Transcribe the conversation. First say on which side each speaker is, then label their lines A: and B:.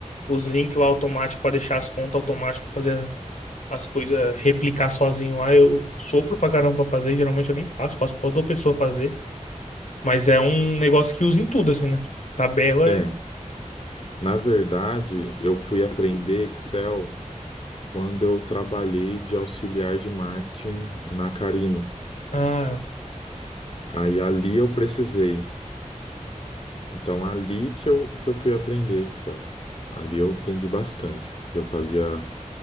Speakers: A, on the left; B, on the left.
A: os links lá automáticos para deixar as contas automáticas para fazer as coisas replicar sozinho lá, eu sofro pra caramba pra fazer, geralmente eu nem faço, passo pra outra pessoa fazer, mas é um negócio que usa em tudo, assim, né? Tabela
B: É,
A: é...
B: na verdade, eu fui aprender Excel quando eu trabalhei de auxiliar de marketing na Carino.
A: Ah,
B: Aí ali eu precisei. Então, ali que eu, que eu fui aprender Excel. Ali eu aprendi bastante, porque eu fazia